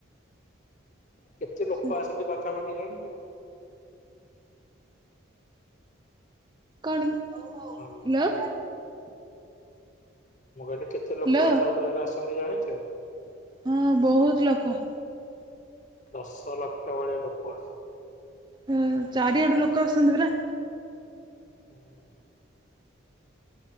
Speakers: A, on the left; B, on the right.
A: କେତେ ଲୋକ
B: ହଁ
A: ଆସନ୍ତି ପାଖାପାଖି ଜାଣିଥିବ?
B: କଣ?
A: ଭ
B: ହ୍ୟାଲୋ
A: ବିିବା <inaudible> ମୁଁ କହିଲି କେତେ
B: ହ୍ୟାଲୋ
A: ଲୋକ ରଥଯାତ୍ରାରେ ଆସ ତମି <inaudible> ଜାଣିଚୁ ।
B: ହଁ ।ବହୁତ ଲୋକ।
A: ଦଶଲକ୍ଷ ଭଳିଆ ଲୋକ ଆଛନ୍ତି।
B: ହୁ ଚାରିଆଡେ ଲୋକ ଆସଛନ୍ତି ପରା।
A: ହୁଁ।